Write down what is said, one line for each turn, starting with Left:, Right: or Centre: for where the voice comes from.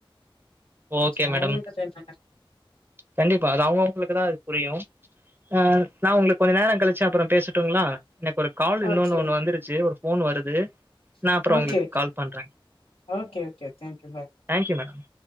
Right: ஓகே
Left: ச அவுங்களோடக்கா
Right: மேடம்.
Left: சரின் சொன்னே
Right: கண்டிப்பா அது அவுங்கவுங்களுக்கு தா அது புரியோ அ நா உங்களுக்கு கொஞ்ச நேரோ கழிச்சு அப்பறோ பேசட்டுங்களா எனக்கு ஒரு கால் இன்னொன்னு
Left: ஓகே
Right: ஒண்ணு வந்துருச்சு ஒரு போன் வருது நா
Left: ஓகே
Right: அப்பறோ உங்களுக்கு கால் பண்றே
Left: okay okay thank you bye
Right: thank you madam